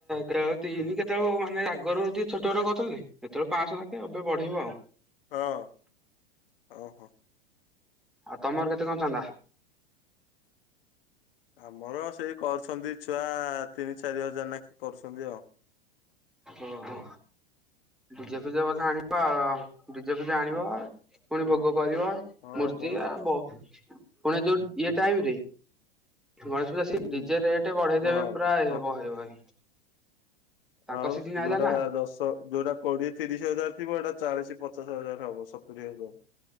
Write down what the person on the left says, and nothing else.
ହଁ ଓହୋ।
ଆମର ସେଇ କରୁଛନ୍ତି ଛୁଆ ତିନି ଚାରି ହଜାର ନା କେ କରୁଛନ୍ତି ଆଉ।
ହଁ
ହଁ
ବସ୍
ହୁଁ
ହଁ।
ହ
ଆଉ
ଯୋଉଟା
ଦଶ ତ ଯୋଉଟା କୋଡିଏ ତିରିଶ ହଜାର ଥିବ ଏଇଟା ଚାଳିଶ ପଚାଶ ହଜାର ହବ ସତୁରି ହଜାର।